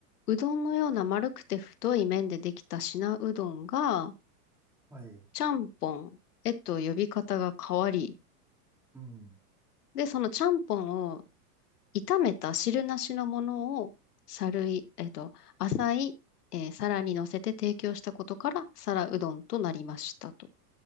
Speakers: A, on the left (about 75°); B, in the centre.
A: うどんのような丸くて太い麺でできた品うどんが、
B: はい、
A: ちゃんぽんへと呼び方が変わり、
B: うん。
A: で、そのちゃんぽんを炒めた汁なしのものを、さるい、えっと、浅い、えー皿に乗せて提供したことから、皿うどんとなりましたと。